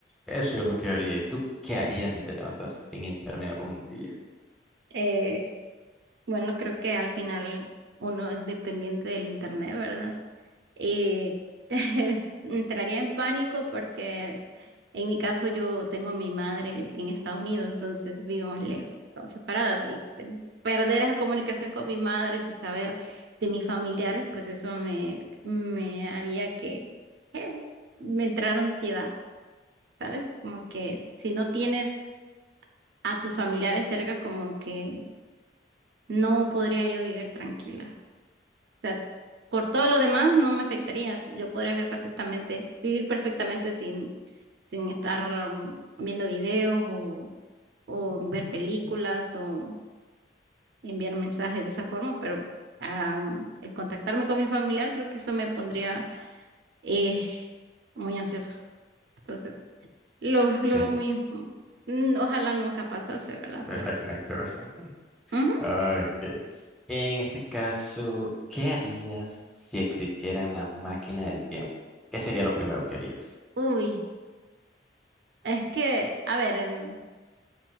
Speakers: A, in the centre; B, on the right.
A: Eso es lo que yo haría. ¿Y tú qué harías si te levantas sin internet un día?
B: Eh, bueno, creo que al final uno es dependiente del internet, ¿verdad? Y <laughs> entraría en pánico porque en mi caso yo tengo a mi madre en Estados Unidos, entonces vivimos lejos, estamos separadas y pe- perder esa comunicación con mi madre sin saber de mis familiares, pues eso me, me haría que eh, me entrara ansiedad. ¿sabes? Como que si no tienes a tus familiares cerca, como que no podría yo vivir tranquila. O sea, por todo lo demás no me afectaría. Yo podría ver perfectamente, vivir perfectamente sin, sin estar mm, viendo videos o, o ver películas o enviar mensajes de esa forma, pero am, el contactarme con mi familiar creo que eso me pondría eh, muy ansiosa. Entonces, lo, <laughs> lo
A: Chinga,
B: veo muy, mm, ojalá nunca pasase, ¿verdad?
A: es
B: Pero,
A: la que no hay que ver.
B: ujú.
A: Ok. En este caso, ¿qué harías si existiera en la máquina del tiempo? ¿Qué sería lo primero que harías?
B: Uy, es que, a ver, en-